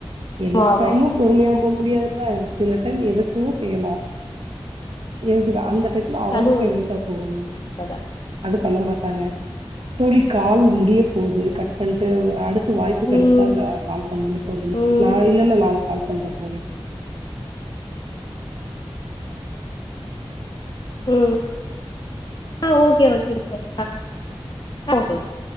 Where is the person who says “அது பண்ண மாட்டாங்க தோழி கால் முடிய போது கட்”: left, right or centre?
Right